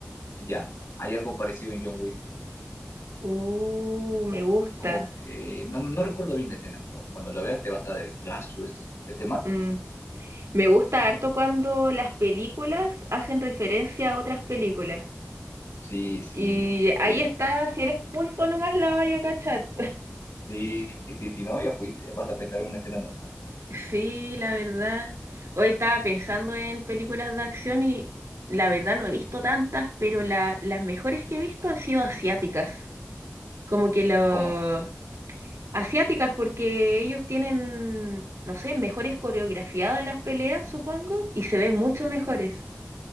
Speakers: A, on the left (about 90°); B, on the right (about 80°).
A: Ya, hay algo parecido en John Wick.
B: Uh, me gusta.
A: Como que no, no recuerdo bien la escena, pero cuando lo veas te vas a decir, ah, su, este, este Matrix.
B: Mm. Me gusta harto cuando las películas hacen referencia a otras películas.
A: Sí, sí,
B: Y
A: pero
B: ahí
A: ya.
B: está, si eres culto nomás la vaya a cachar.
A: Sí, sí, sí, no, ya fuiste. Vas a pensar en una escena normal.
B: Sí, la verdad. Hoy estaba pensando en películas de acción y la verdad no he visto tantas, pero la- las mejores que he visto han sido asiáticas. Como que lo...
A: ¿Cómo?
B: Asiáticas porque ellos tienen, no sé, mejores coreografiadas las peleas, supongo, y se ven mucho mejores.